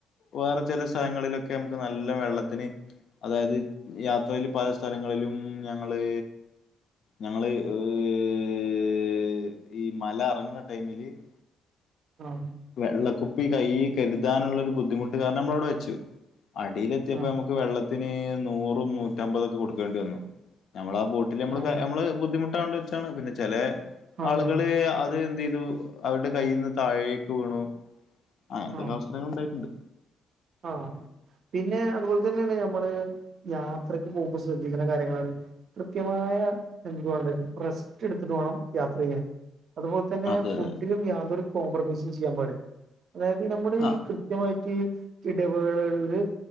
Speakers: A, on the left; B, on the right.
A: വേറെ ചെല സ്ഥലങ്ങളിലൊക്കെ നമുക്ക് നല്ല വെള്ളത്തിന് അതായത് യാത്രയില് പല സ്ഥലങ്ങളിലും ഞങ്ങള് ഞങ്ങള് ഏ്ഹ് ഈ മല എറങ്ങ്ണ ടൈമില് <inaudible>
B: ആഹ്
A: വെള്ളക്കുപ്പി കയ്യീ കര്താനുള്ള ഒരു ബുദ്ധിമുട്ട് കാരണം നമ്മളഅവ്ടെ വെച്ചു അടിയിലെത്തിയപ്പോ
B: ആ
A: നമുക്ക് വെള്ളത്തിന് നൂറും നൂറ്റമ്പതൊക്കെ കൊടുക്കേണ്ടി വന്നു നമ്മള ആ ബോട്ട് ട്ടില് നമ്മള്
B: ആഹ്
A: നമ്മള് ബുദ്ധിമുട്ടാണ്ടച്ചാണ് പിന്നെ ചെലേ
B: ആഹ്
A: ആളുകള് അത് എന്തെയ്തൂ അവരുടെ കയ്യീന്ന് താഴേക്ക് വീണു അങ്ങൻത്തൊക്കെ
B: ആഹ്
A: പ്രശ്നങ്ങള് ഉണ്ടായിട്ടുണ്ട്
B: ആഹ് പിന്നെ അതുപോൽത്തന്നെണ് നമ്മള് യാത്രക്ക് പോകുമ്പോ ശ്രദ്ധിക്കണ്ട കാര്യങ്ങളാണ് കൃത്യമായ എന്തുവാണ്ടെ റെസ്റ്റ് ഇട്ത്തിട്ട് വേണം യാത്രെയ്യാൻ അതുപോലെ തന്നെ
A: അതെ
B: ഫുഡിലും
A: അതെ
B: യാതൊരു കോംപ്രമൈസും ചെയ്യാൻ പാടി അതായത് നമ്മുടെ
A: ആ
B: ഈ കൃത്യമായി യിട്ട് ഇടവേളകളില്